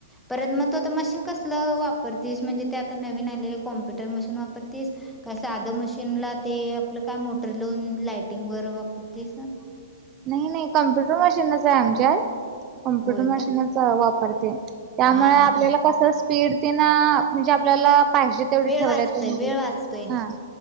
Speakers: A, in the centre; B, on the right.
A: परत मग तू आता मशीन कसलं वापरतीस म्हणजे ते आता नवीन आलेले कॉम्प्युटर मशीन वापरतीस. का साधं मशीनला ते आपलं काय मोटर लावून लाईटिंग वर वापरतीसं.
B: नाही नाही कम्प्युटर मशीनच आहे आमच्यातं. कम्प्युटर
A: होय
B: मशीनचा
A: का
B: वापरते. त्यामुळे
A: हा
B: आपल्याला
A: हा
B: कस स्पीड ति ना म्हणजे आपल्याला पाहिजे तेवढी
A: वेळ
B: ठेवायला
A: वाचतोय
B: येतयं.
A: वेळ वाचतोय
B: हा